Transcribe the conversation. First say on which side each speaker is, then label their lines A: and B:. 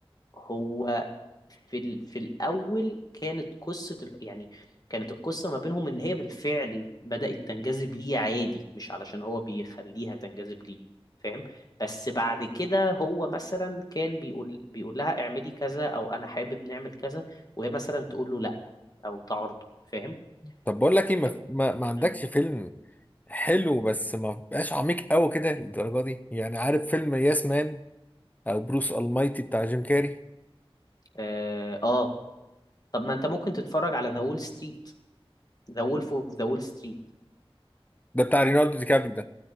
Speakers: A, on the left; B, on the left.
A: هو في ال... في الأول كانت قصة ال... يعني كانت القصة ما بينهم ان هي بالفعل بدأت تنجذب ليه عادي مش علشان هو بيخليها تنجذب ليه فاهم بس بعد كده هو مثلا كان بيقول بيقول لها اعملي كذا او انا حابب نعمل كذا وهي مثلا تقول له لا او تعارضه فاهم
B: طب بقول لك
A: ف-
B: ايه ما... ما... ما عندكش
A: م.
B: فيلم حلو بس ما بقاش عميق قوي كده للدرجة دي يعني عارف فيلم ياس مان او بروس المايتي بتاع جيم كاري
A: اه آه، طب ما انت ممكن تتفرج على ذا وول ستريت ذا وولف اوف ذا وول ستريت
B: ده بتاع رينالدو دي كابري ده